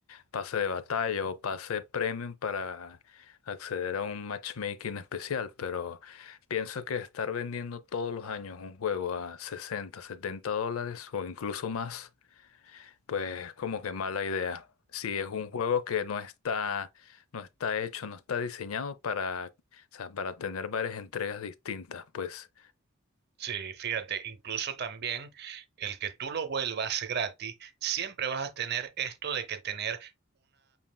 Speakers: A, on the left; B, on the right.
A: pase de batalla o pase premium para acceder a un matchmaking especial, pero pienso que estar vendiendo todos los años un juego a 60, 70 dólares o incluso más pues como que mala idea. Si es un juego que no está, no está hecho, no está diseñado para, o sea, para tener varias entregas distintas, pues,
B: Sí, fíjate, incluso también el que tú lo vuelvas gratis, siempre vas a tener esto de que tener